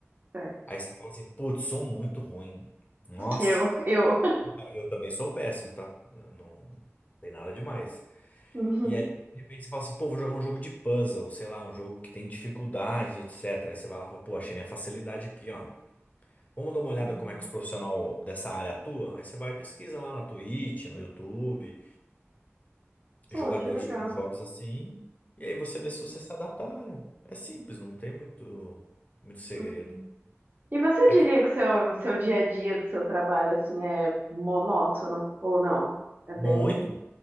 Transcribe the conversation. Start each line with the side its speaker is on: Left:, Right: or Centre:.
Right: certo.
Left: Aí você fala assim, putz, sou muito ruim. Nossa.
Right: Eu, eu.
Left: Ah, Eu também sou péssimo, tá? Eu Não, não tem nada demais.
Right: Uhum.
Left: E aí, de repente, você fala assim, pô, vou jogar um jogo de puzzle, sei lá, um jogo que tem dificuldade, etc. Aí você vai lá e fala, pô, achei minha facilidade aqui, ó. Vamos dar uma olhada
Right: Uhum,
Left: como é que os profissionais dessa área atuam? Aí você vai e pesquisa lá na Twitch, no YouTube,
Right: Pô,
Left: jogadores
Right: que legal.
Left: jogando jogos assim, e aí você vê se você se adapta à área. É simples, não tem muito, muito segredo.
Right: uhum. E você
Left: A
Right: diria
Left: questão-
Right: que seu, seu dia a dia do seu trabalho, assim, é monótono ou não? É
Left: Muito,
Right: bem...